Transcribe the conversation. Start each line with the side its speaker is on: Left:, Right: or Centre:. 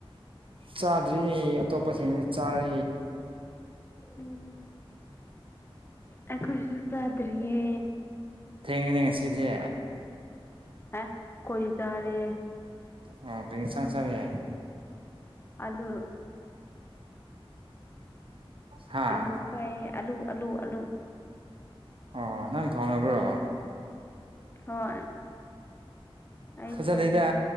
Right: ꯆꯥꯗ꯭ꯔꯤ ꯑꯇꯣꯞꯄꯁꯤꯡꯗꯤ ꯆꯥꯔꯦ
Left: ꯎꯝ ꯑꯩꯈꯣꯏꯁꯨ ꯆꯥꯗ꯭ꯔꯤꯌꯦ
Right: ꯊꯦꯡꯉꯦꯅꯦ ꯉꯁꯤꯗꯤ
Left: ꯑꯦ ꯈꯣꯏꯗꯤ ꯆꯥꯔꯦ
Right: ꯑꯣ ꯀ꯭ꯔꯤ ꯏꯟꯁꯥꯡ ꯆꯥꯒꯦ
Left: ꯑꯗꯨ
Right: ꯍꯥ
Left: ꯑꯂꯨ ꯆꯥꯏ ꯑꯂꯨ ꯑꯂꯨ ꯑꯂꯨ
Right: ꯑꯣ ꯅꯪ ꯊꯣꯡꯔꯕ꯭ꯔꯣ
Left: ꯍꯣꯏ ꯑꯩ
Right: ꯐꯖꯗꯦꯗ
Left: ꯊꯣꯡꯉꯦ